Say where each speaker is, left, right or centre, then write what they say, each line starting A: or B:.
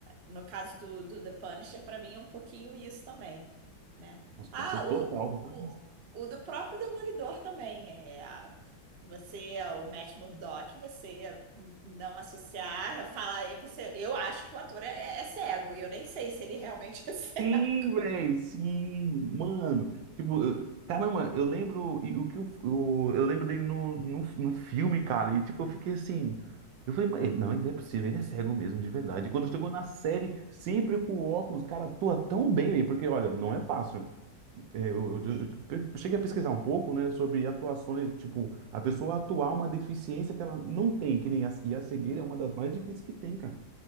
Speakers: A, on the right; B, on the right.
A: no caso do, do The Punisher, para mim é um pouquinho isso também, né?
B: Com
A: Ah,
B: com certeza,
A: o,
B: total.
A: o, o, o do próprio Demolidor também, é, você é o Matt Murdock, você não associar, falar, você, eu acho que o ator é, é cego, eu nem sei se ele realmente <laughs> é cego.
B: Sim, velho, sim, mano. Tipo, eu- caramba, eu lembro e o que eu, eu, eu lembro dele no, no, no filme, cara, e tipo, eu fiquei assim. Eu falei, "Mas ele- não, ele não é possível, ele é cego mesmo, de verdade. E quando chegou na série, sempre com óculos, cara, atua tão bem, velho, porque olha, não é fácil. É, eu, eu, eu-
A: E-
B: eu cheguei a pesquisar um pouco, né, sobre atuações, tipo, a pessoa atuar uma deficiência que ela não tem, que nem a, e a cegueira é uma das mais difíceis que tem, cara.